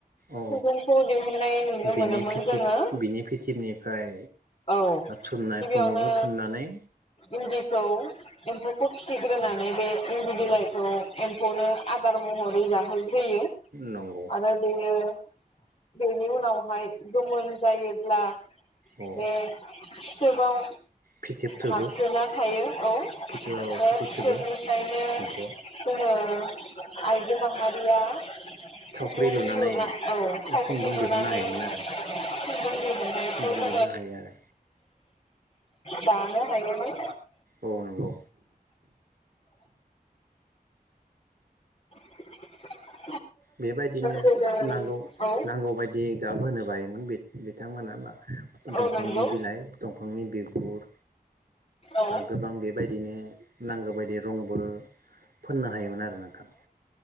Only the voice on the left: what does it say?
खन्दुंखौ दिहुननाय नुनो
मोनोमोन
जोङो
औ
गिबियावनो
इन्दिखौ एमफोर खिसिग्रोनानै
बे इन्दि
बिलाइखौ खौनो आदार महरै जाहोग्रियो
आरो दयो बेनि उनावहाय गोमोन जायोब्ला
बे फिथोबाव
हाबसोना थायो औ
बे
बिथोबनिफ्रायनो
जोङो आयजो माहारिया खुनदुं
लुना औ साख्रि
लुननानै
इन्दि लुनायखौ
ओ
दानो हायोमोन
<inaudible>
जेरै
औ
औ नंगौ
औ